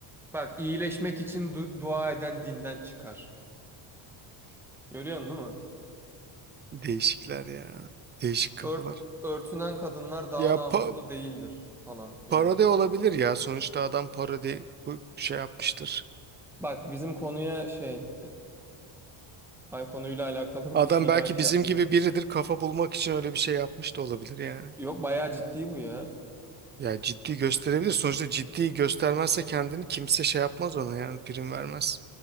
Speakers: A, in the centre; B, on the right.
A: Bak iyileşmek için du- dua eden dinden çıkar. Görüyorsun değil mi?
B: değişikler ya. Değişik kafalar.
A: Ört- örtünen kadınlar daha
B: Ya
A: namuslu
B: pa-
A: değildir falan gibi.
B: parodi olabilir ya. Sonuçta adam parodi bu şey yapmıştır.
A: Bak bizim konuya şey... Ay konuyla alakalı
B: Adam
A: bir şey
B: belki
A: daha şey
B: bizim
A: yapmış.
B: gibi biridir. Kafa bulmak için öyle bir şey yapmış da olabilir yani.
A: Yok bayağı ciddi bu ya.
B: Ya ciddi gösterebilir. Sonuçta ciddi göstermezse kendini kimse şey yapmaz ona yani prim vermez.